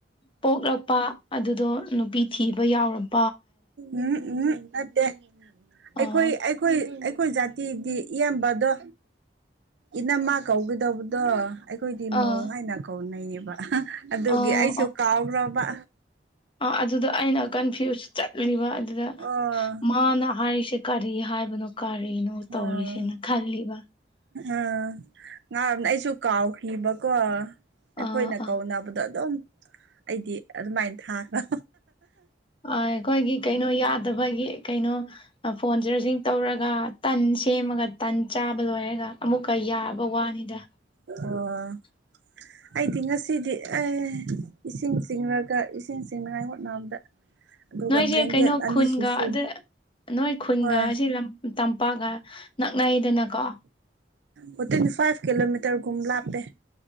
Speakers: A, on the left; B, on the right.
A: ꯄꯣꯛꯂꯛꯄ ꯑꯗꯨꯗꯣ ꯅꯨꯄꯤ ꯊꯤꯕ ꯌꯥꯎꯝꯕ
B: ꯎꯝ ꯎꯝ ꯅꯠꯇꯦ ꯑꯩꯈꯣꯏ
A: ꯑꯣ
B: ꯑꯩꯈꯣꯏ ꯑꯩꯈꯣꯏ ꯖꯥꯇꯤꯗꯤ ꯏꯌꯥꯝꯕꯗꯣ ꯏꯅꯃ ꯀꯧꯒꯗꯕꯗꯣ ꯑꯩꯈꯣꯏꯗꯤ ꯃꯧ
A: ꯑꯥ
B: ꯍꯥꯏꯅ ꯀꯧꯅꯩꯌꯦꯕ ꯑꯗꯨꯒꯤ
A: ꯑꯣ
B: ꯑꯩꯁꯨ ꯀꯥꯎ꯭ꯔꯕ
A: ꯑ ꯑꯗꯨꯗ ꯑꯩꯅ ꯀꯟꯐ꯭ꯌꯨꯁꯁꯨ ꯆꯠꯂꯤꯕ ꯑꯗꯨꯗ
B: ꯑꯣ
A: ꯃꯥꯅ ꯍꯥꯏꯔꯤꯁꯦ ꯀꯔꯤ ꯍꯥꯏꯕꯅꯣ ꯀꯔꯤꯅꯣ ꯇꯧꯔꯤꯁꯤꯅ
B: ꯑꯣ
A: ꯈꯜꯂꯤꯕ
B: ꯑꯥ ꯉꯥꯔꯣꯝꯅ ꯑꯩꯁꯨ ꯀꯥꯎꯈꯤꯕꯀꯣ ꯑꯩꯈꯣꯏꯅ
A: ꯑꯥ ꯑꯥ
B: ꯀꯧꯅꯕꯗꯣ ꯑꯗꯨꯝ ꯑꯩꯗꯤ ꯑꯗꯨꯃꯥꯏꯅ ꯊꯥꯈ꯭ꯔꯣ
A: ꯑ ꯑꯩꯈꯣꯏꯒꯤ ꯀꯩꯅꯣ ꯌꯥꯗꯕꯒꯤ ꯀꯩꯅꯣ ꯐꯣꯟ ꯆꯔꯖꯤꯡ ꯇꯧꯔꯒ ꯇꯟ ꯁꯦꯝꯃꯒ ꯇꯟ ꯆꯥꯕ ꯂꯣꯏꯔꯒ ꯑꯃꯨꯛ ꯀ ꯌꯥꯕ ꯋꯥꯅꯤꯗ
B: ꯑꯣ
A: <unintelligible>
B: ꯑꯩꯗꯤ ꯉꯁꯤꯗꯤ ꯑꯩ ꯏꯁꯤꯡ ꯆꯤꯡꯉꯒ ꯏꯁꯤꯡ ꯆꯤꯡꯅꯉꯥꯏ ꯍꯣꯠꯅꯕꯗ ꯑꯗꯨꯒ
A: ꯅꯣꯏꯁꯦ
B: ꯕ꯭ꯂꯦꯡꯀꯦꯠ
A: ꯀꯩꯅꯣ
B: ꯑꯅꯤꯁꯨ
A: ꯈꯨꯟꯒ
B: ꯁꯨꯏ
A: ꯑꯗ ꯅꯣꯏ ꯈꯨꯟꯒ
B: ꯍꯣꯏ
A: ꯁꯤ ꯇꯝꯄꯥꯛꯒ ꯅꯛꯅꯩꯗꯅꯀꯣ
B: ꯋꯤꯇꯤꯟ ꯐꯥꯏꯚ ꯀꯤꯂꯣꯃꯤꯇꯔꯒꯨꯝ ꯂꯥꯞꯄꯦ